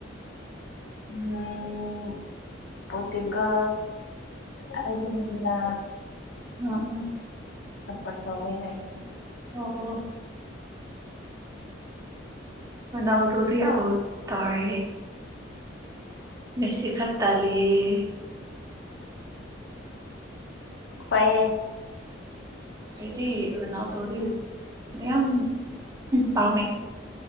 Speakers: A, on the left; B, on the right.
A: ꯎꯝ ꯄꯇꯒ ꯑꯔꯖꯦꯟꯇꯤꯅꯥ
B: ꯑ
A: ꯊꯄꯠ ꯇꯧ ꯑꯣꯏ ꯌꯥꯁꯤ
B: ꯑꯣ ꯃꯅ ꯑꯗꯨꯗꯤ ꯑꯥꯎ ꯇꯔ ꯃꯦꯁꯤ ꯈꯛꯇꯥ ꯂꯩ
A: ꯍꯣꯏꯌꯦ
B: ꯑꯩꯗꯤ ꯔꯣꯅꯥꯜꯗꯣꯗꯤ ꯌꯥꯝ ꯄꯥꯝꯃꯦ